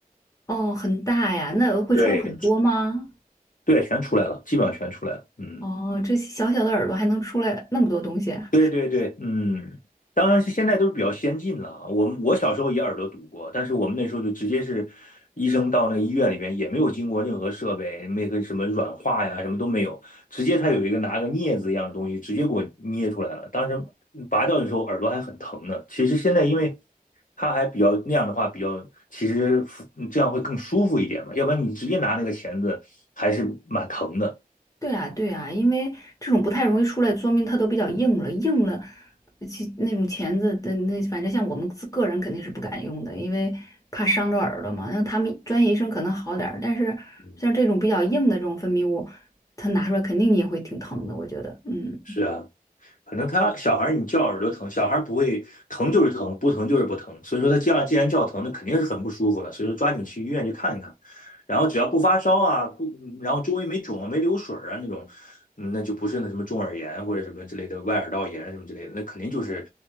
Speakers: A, on the left (about 20°); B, on the left (about 60°).
A: 哦，很大呀，那会出来很多吗？
B: 对对，全出来了，基本上全出来了。嗯。
A: 哦，这小小的耳朵还能出来那么多东西啊？
B: 对对对，嗯，当然是现在都是比较先进了啊。我们我小时候也耳朵堵过，但是我们那时候就直接是医生到那个医院里边，也没有经过任何设备，那个什么软化呀，什么都没有，直接他有一个拿个镊子一样的东西，直接给我捏出来了。当时拔掉的时候耳朵还很疼呢。其实现在因为他还比较那样的话，比较其实服这样会更舒服一点嘛，要不然你直接拿那个钳子还是蛮疼的。
A: 对啊，对啊，因为这种不太容易出来，说明它都比较硬了，硬了，其那种钳子的那，反正像我们自个人肯定是不敢用的，因为怕伤着耳朵嘛。那他们专业医生可能好点儿，但是像这种比较硬的这种分泌物，
B: 嗯
A: 它拿出来肯定你也会挺疼的，我觉得，嗯。
B: 是啊，可能他小孩你叫耳朵疼，小孩不会疼就是疼，不疼就是不疼。所以说他叫既然叫疼，那肯定是很不舒服了。所以说抓紧去医院去看一看，然后只要不发烧啊，不，然后周围没肿啊、没流水啊那种，嗯那就不是那什么中耳炎或者什么之类的外耳道炎什么之类的，那肯定就是